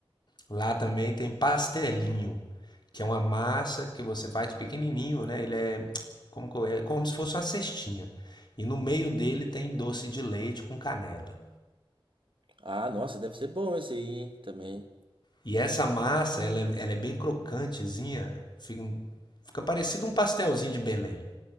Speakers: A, on the left; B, on the right.
A: Lá também tem pastelinho, que é uma massa que você faz pequenininho, né? Ele é como, que eu- é como se fosse uma cestinha. E no meio dele tem doce de leite com canela.
B: ah, nossa, deve ser bom esse aí, hein? Também.
A: E essa massa, ela é, ela é bem crocantezinha, fica, um, fica parecido um pastelzinho de Belém. Não